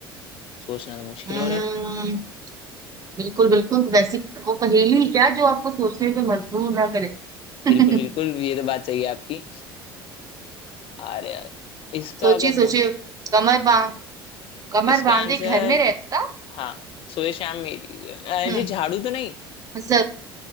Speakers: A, on the left; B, on the right.
A: सोचना तो मुश्किल
B: हम्म,
A: हो रहा है
B: बिल्कुल बिल्कुल वैसी वो पहेली क्या जो आपको सोचने पे मजबूर ना करे <laughs>
A: बिल्कुल बिल्कुल ये तो बात सही है आपकी अरे यार, इसका
B: सोचिए
A: अगर हो
B: सोचिए कमर बांध कमर
A: इसका
B: बांधे
A: आंसर
B: घर में रहता
A: हाँ सुबह शाम मेरी अरे
B: हम्म
A: जी झाड़ू तो नहीं
B: सर